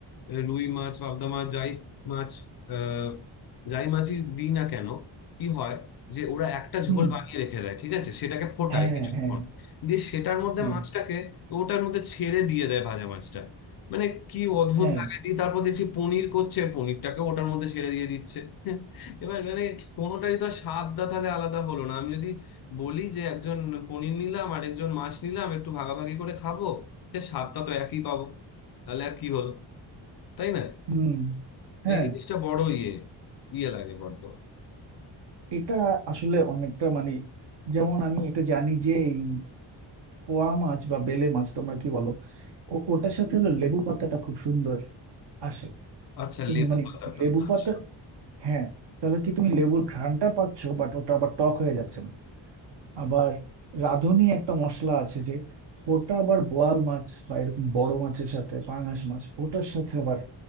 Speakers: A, on the left; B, on the right.
A: আহ, রুই মাছ পাবদা মাছ যাই মাছ আহ, যাই মাছই দিই না কেন কি হয় যে ওরা একটা ঝোল
B: হুম
A: বানিয়ে রেখে দেয় ঠিক আছে সেটাকে ফোটায়
B: হ্যাঁ
A: কিছুক্ষণ
B: হ্যাঁ
A: দিয়ে সেটার মধ্যে
B: হ্যাঁ
A: মাছটাকে ওটার মধ্যে ছেড়ে দিয়ে দেয় ভাজা মাছটা মানে কি অদ্ভুত
B: হ্যাঁ
A: লাগে দিয়ে তারপর দেখছি পনির করছে পনিরটাকে ওটার মধ্যে ছেড়ে দিয়ে দিচ্ছে <laughs> এবার মানে কোনোটারই তো আর স্বাদটা তাহলে আলাদা হলো না আমি যদি বলি যে একজন পনির নিলাম আর একজন মাছ নিলাম একটু ভাগাভাগি করে খাবো সে স্বাদটা তো একই পাবো তাহলে আর কি হলো তাই না
B: হুম হ্যাঁ
A: এই জিনিসটা বড় ইয়ে ইয়ে লাগে বড্ড
B: এটা আসলে অনেকটা মানে যেমন আমি এটা জানি যে এই পোয়া মাছ বা বেলে মাছ তোমরা কি বলো ও- ওটার সাথে হলো লেবু পাতাটা খুব সুন্দর আসে
A: আচ্ছা
B: তুমি
A: লেবু
B: মানে
A: পাতাটা
B: লেবু
A: আচ্ছা
B: পাতা হ্যাঁ তাহলে কি তুমি লেবুর ঘ্রাণটা পাচ্ছ বাট ওটা আবার টক হয়ে যাচ্ছে না আবার রাঁধুনি একটা মশলা আছে যে ওটা আবার বোয়াল মাছ বা এরকম বড় মাছের সাথে পাঙাশ মাছ ওটার সাথে আবার